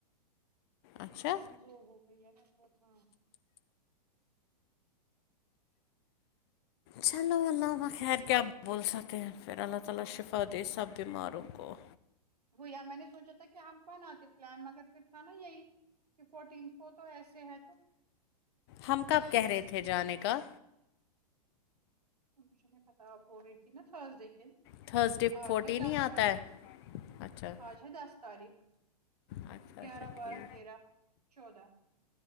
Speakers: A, on the left; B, on the right.
A: اچھا
B: میں بھی کمزور ہو گئی ہے نا بہت ہاں
A: چلو اللہ
B: آپ کو
A: خیر
B: شفا
A: کیا
B: دے
A: بول سکتے ہیں پھر اللہ تعالی شفا دے سب بیماروں کو
B: بھ یا میں نے سوچا تھا کہ ہمپ بناتتے پلان مگر پھر تھا نا یہی کہ فورٹینتھ کو تو ایسے ہے تو
A: ہم کب کہہ رہے تھے جانے کا
B: مجھے نہیں پتہ آپ بول رہی تھی نہ تھرزڈے کے دن
A: تھرسڈے
B: آج
A: فورٹین
B: ہے دس
A: ہی آتا
B: تاریخ
A: ہے اچھا
B: آج ہے دس تاریخ <unintelligible>
A: اچھا
B: گیارہ
A: اچھا
B: بارہ
A: ٹھیک
B: تیرہ چودہ